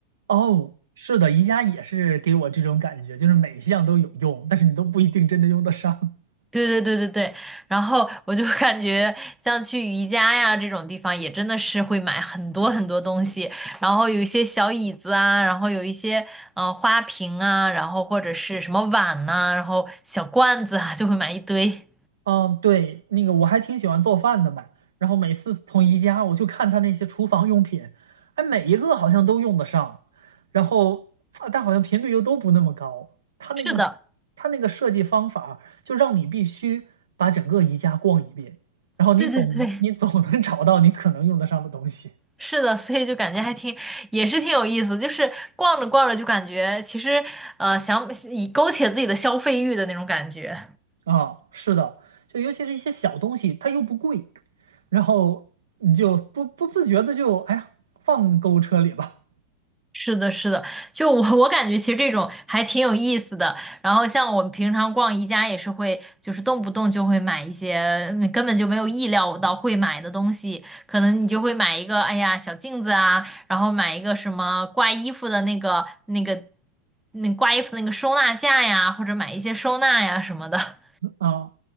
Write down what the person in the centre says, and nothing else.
对对对对对，然后我就感觉像去宜家呀这种地方，也真的是会买很多很多东西，然后有一些小椅子啊，然后有一些呃花瓶啊，然后或者是什么碗呐、然后小罐子啊，就会买一堆。
<laughs> 是的，
对对对，
是的，所以就感觉还挺，也是挺有意思。就是逛着逛着就感觉，其实呃，想以勾起了自己的消费欲的那种感觉。
是的，是的，就我我感觉其实这种还挺有意思的。然后像我们平常逛宜家也是会，就是动不动就会买一些嗯根本就没有意料到会买的东西，可能你就会买一个，哎呀，小镜子啊，然后买一个什么挂衣服的那个那个那挂衣服那个收纳架呀，或者买一些收纳呀什么的。